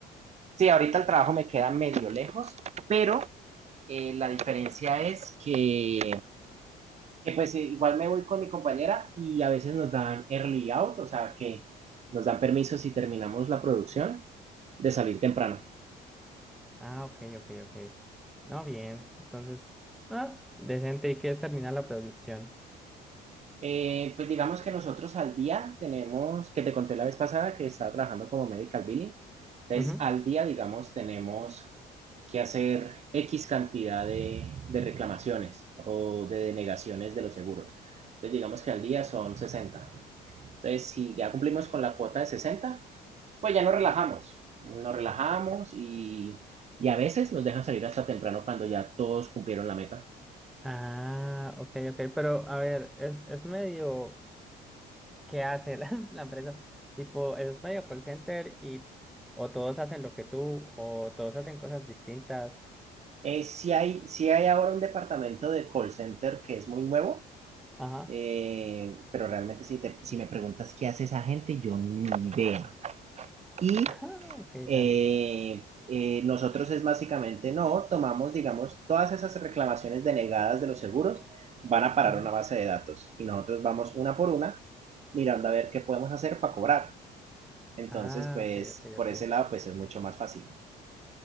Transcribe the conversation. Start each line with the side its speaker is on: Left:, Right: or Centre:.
Right: Sí, ahorita el trabajo me queda medio lejos, pero eh, la diferencia es que, que, pues eh, igual me voy con mi compañera y a veces nos dan early out, o sea que nos dan permiso si terminamos la producción de salir temprano.
Centre: Ah, ok, ok, ok. No, bien. Entonces, ah, decente. ¿Y qué es terminar la producción?
Right: Eh, pues digamos que nosotros al día tenemos, que te conté la vez pasada que estaba trabajando como medical billing, entonces
Centre: Ujú.
Right: al día, digamos, tenemos que hacer X cantidad de, de reclamaciones o de denegaciones de los seguros. Entonces digamos que al día son 60. Entonces si ya cumplimos con la cuota de 60, pues ya nos relajamos, nos relajamos y, y a veces nos dejan salir hasta temprano cuando ya todos cumplieron la meta.
Centre: Ah, ok, ok. Pero, a ver, es, es medio... ¿Qué hace la, <laughs> la empresa? Tipo, es medio call center y o todos hacen lo que tú o todos hacen cosas distintas.
Right: Eh, sí hay, sí hay ahora un departamento de call center que es muy nuevo,
Centre: Ajá.
Right: eh, pero realmente si, te- si me preguntas qué hace esa gente, yo ni idea. Y
Centre: <laughs> Ah, ok,
Right: eh,
Centre: dale.
Right: eh, nosotros es básicamente, no, tomamos, digamos, todas esas reclamaciones denegadas de los seguros van a parar
Centre: Ujú.
Right: una base de datos y nosotros vamos una por una mirando a ver qué podemos hacer para cobrar. Entonces,
Centre: Ah,
Right: pues
Centre: ok, ok,
Right: por
Centre: ok.
Right: ese lado, pues es mucho más fácil.